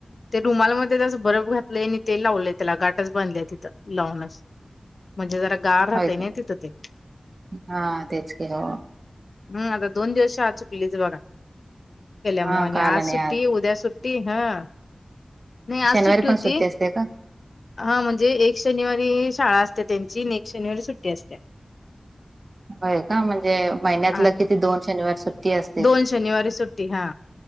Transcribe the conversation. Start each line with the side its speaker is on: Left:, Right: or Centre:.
Left: ते रुमालमध्ये जसं बरफ घातलेय आणि ते लावले त्याला गाठच बांधल्या तिथं लावून अस. म्हणजे जरा गार राहतय
Right: होय का?
Left: ना तिथं ते.
Right: हा तेच की हो.
Left: हम आता दोन दिवस शाळा चुकलीच बघा.
Right: हा
Left: मग आणि
Right: का
Left: आज
Right: आला नाही
Left: सुट्टी उद्या सुट्टी हं. नाही आज
Right: शनिवारी
Left: सुट्टी होती
Right: पण असते का?
Left: हा म्हणजे एक एक शनिवारी शाळा असते त्यांची आणि एक शनिवारी सुट्टी असत्या.
Right: होय का म्हणजे महिन्यातलं
Left: हा
Right: किती दोन शनिवार सुट्टी. टी असतेल
Left: दोन शनिवारी सुट्टी हा